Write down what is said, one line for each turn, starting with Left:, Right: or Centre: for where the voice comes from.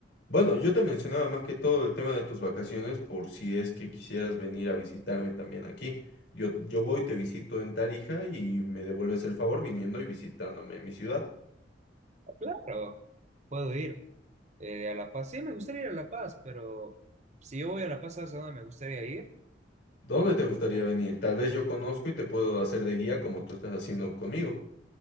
Left: Bueno, yo te mencionaba más que todo el tema de tus vacaciones por si es que quisieras venir a visitarme también aquí. Yo, yo voy, te visito en Tarija y me devuelves el favor viniendo y visitándome en mi ciudad.
Right: Claro, puedo ir eh, a La Paz. Sí, me gustaría ir a La Paz, pero si yo voy a La Paz, ¿sabes a dónde me gustaría ir?
Left: ¿Dónde te gustaría venir? Tal vez yo conozco y te puedo hacer de guía como tú estás haciendo conmigo.